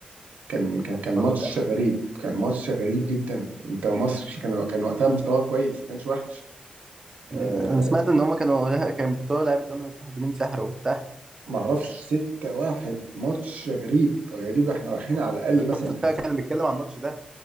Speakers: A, on the right; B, on the right.
A: كان كان
B: طب
A: كان
B: اتفضل
A: ماتش
B: يعني
A: غريب كان ماتش غريب جدا انت مصر كان كان وقتها مستواه كويس ما كانش وحش أه
B: انا سمعت ان هم كانوا <laughs> كان بتوع لعيبه غانا مستخدمين سحر وبتاع
A: معرفش 6 1 ماتش غريب غريب احنا رايحين على الاقل
B: انا
A: مثلا
B: شفت بقى
A: ه-
B: كان بيتكلم عن الماتش ده